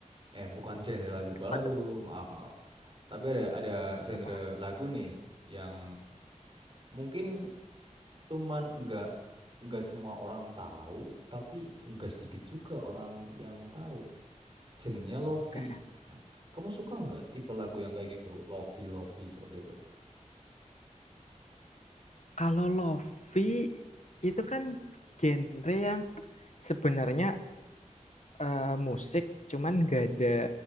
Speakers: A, on the right (about 40°); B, on the left (about 60°).
A: eh bukan genre lagu baru
B: Apa tuh?
A: maaf maaf tapi ada ada genre
B: Apa?
A: lagu nih yang Mungkin cuman nggak nggak semua orang tahu, tapi nggak sedikit juga orang yang tahu. Genrenya lofi.
B: Oke. Okay.
A: Eh, Kamu suka nggak tipe lagu yang kayak gitu, lofi lofi seperti itu?
B: Kalau lofi itu kan genre yang sebenarnya eh, musik cuman gak ada